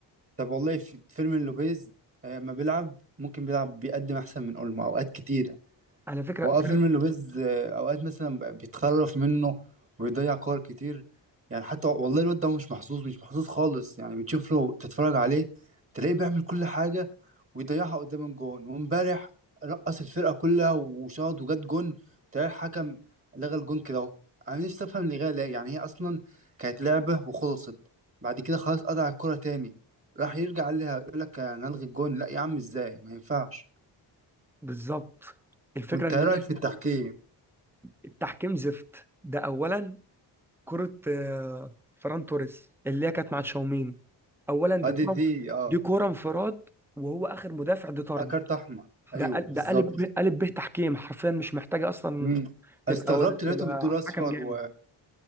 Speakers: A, on the right; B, in the centre.
A: طب والله في فيرمين لوبيز آه، ما بيلعب ممكن بيلعب بيقدم أحسن من أولمو أوقات كتير
B: على فكره
A: وفيلم
B: فرق-
A: لويز آه، اوقات مثلا ب- بيتخرف منه وبيضيع كور كتير يعني حتى والله الواد ده مش محظوظ مش محظوظ خالص يعني بتشوف له تتفرج عليه تلاقيه بيعمل كل حاجة ويضيعها قدام الجون وامبارح رقص الفرقة كلها وشاط وجات جون تلاقي الحكم لغى الجون كده اهو انا نفسي افهم لغاية ليه يعني هي اصلا كانت لعبة وخلصت بعد كده خلاص قطع الكرة تاني راح يرجع لها يقول لك هنلغي الجون لا يا عم ازاي ما ينفعش
B: بالظبط الفكره
A: وانت
B: ان
A: ايه
B: هي
A: رأيك في التحكيم
B: التحكيم زفت ده اولا كره آه، فران توريس اللي هي كانت مع تشاوميني اولا دي
A: ادي
B: كره
A: دي دي اه
B: دي كره انفراد وهو اخر مدافع دي طرد
A: آه، كارت احمر ايوه
B: ده قل-
A: بالظبط
B: ده قالب ب- قالب به تحكيم حرفيا مش محتاجه اصلا
A: امم
B: تبقى
A: استغربت لقيته
B: تبقى
A: بالدول اصفر
B: حكم جامد
A: و...